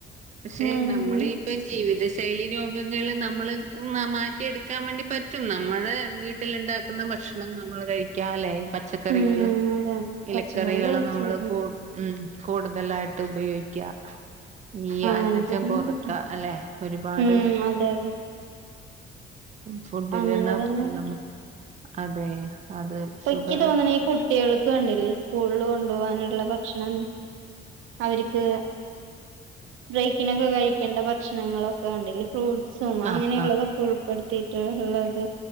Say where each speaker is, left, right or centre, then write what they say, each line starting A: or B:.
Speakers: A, on the right (about 35°); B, on the right (about 85°).
A: പക്ഷെ
B: ഉം
A: നമ്മളീ ഇപ്പം ജീവിത ശൈ ലി രോഗങ്ങള് നമ്മള് മാറ്റിയെട്ക്കാൻ വേണ്ടി പ റ്റും നമ്മള് വീട്ടില്ണ്ടാക്ക്ന്ന ഭക്ഷണം നമ്മള് കഴി ക്ക്യലെ പച്ചക്കറികളും,
B: ഉം അതെ
A: ഇലക്കറികളും,
B: പച്ചക്കറി കഴിക്കാം
A: നമ്മള് കൂ ഉം കൂട്തലായിട്ട് ഉപയോഗിക്ക്യാ ഈ
B: അങ്ങനൊക്കെ
A: അന്നജം
B: തന്നെ
A: കൊറക്ക
B: പറ്റും
A: അല്ലെ? ഒര്പാട്
B: ഉം അതെ അതെ
A: ഫുഡിലന്നെ
B: അങ്ങനെ തന്നെ കിട്ടും
A: നമ്മക്ക് അതെ അത്
B: ഇപ്പക്ക്യ
A: ഷുഗർ
B: തോന്ന്ണ് ഈ കുട്ടിയൾക്ക് കണ്ടില്ലേ സ്കൂളില് കൊണ്ടവാന്ള്ള ഭക്ഷണം അവര്ക്ക് ബ്രേക്കിനൊക്കെ കഴിക്കേണ്ട ഭക്ഷണങ്ങളൊക്കെ കണ്ടില്ലേ ഫ്രൂ ട്സും, അങ്ങനെയുള്ളതൊക്കെ
A: ആഹ് ആഹ്
B: ഉൾപ്പെട്ത്തിട്ട്ള്ളത്